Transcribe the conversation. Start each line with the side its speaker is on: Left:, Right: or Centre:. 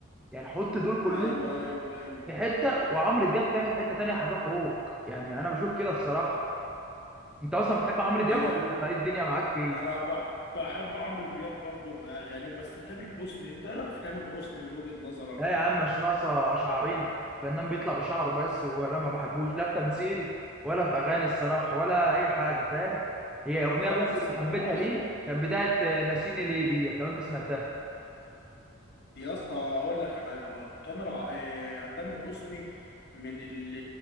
Centre: يعني حط دول كلهم
Left: ايوه ايوه ايوه
Centre: في حته وعمرو دياب تاني في حته تانيه حبيب اخوك يعني انا بشوف كده الصراحه انت اصلا بتحب عمرو دياب
Left: آه
Centre: ولا ايه الدنيا معاك فيه
Left: انا ب- بحب عمرو دياب برضو باغانيه بس تامر حسني انت ايه رايك في تامر حسني من وجهه نظرك
Centre: لا يا عم مش ناقصه شعرينا الفنان بيطلع بشعره بس ولا ما بحبوش لا في تمثيل ولا في اغاني الصراحه ولا اي حاجه فاهم هي اغنيه
Left: لا
Centre: بس
Left: لا بس
Centre: اللي
Left: تامر
Centre: حبيتها
Left: عاشور
Centre: ليه كانت بتاعه آه، ناسيني ليه ديت لو انت سمعتها
Left: يا اسطى اقول لك حاجه برضه تامر ع- آه، تامر حسني من ال